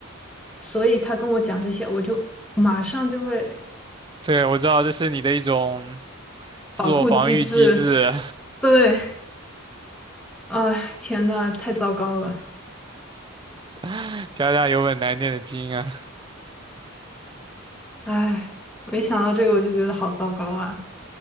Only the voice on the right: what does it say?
对，我知道这是你的一种自我防御机制，
<laughs> 家家有本难念的经啊。